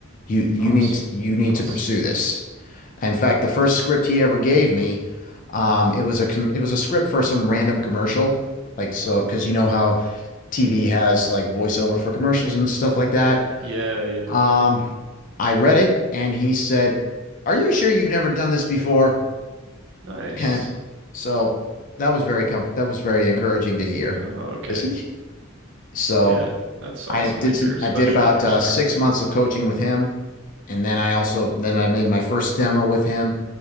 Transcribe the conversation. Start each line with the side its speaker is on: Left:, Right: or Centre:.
Left: You you
Right: Awesome.
Left: need to, you need
Right: Awesome.
Left: to pursue this." In fact, the first script he ever gave me, um, it was a com- it was a script for some random commercial. Like so, because you know how TV has like voiceover for commercials and stuff like that.
Right: Yeah, yeah.
Left: Um, I read it and he said, "Are you sure you've never done this before?"
Right: Nice.
Left: And so that was very com that was very encouraging to hear
Right: Oh, okay.
Left: because he so
Right: Yeah, that's awesome
Left: I did
Right: to hear,
Left: some
Right: especially
Left: I did about
Right: when you're
Left: uh,
Right: starting
Left: six
Right: out.
Left: months of coaching with him and then I also then I made my first demo with him